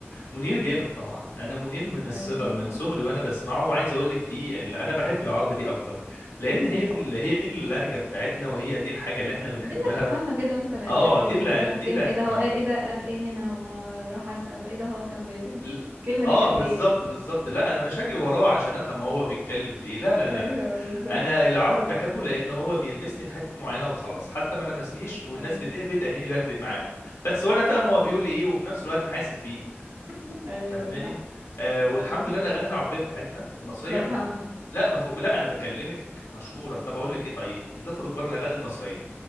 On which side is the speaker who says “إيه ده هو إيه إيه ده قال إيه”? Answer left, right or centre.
Right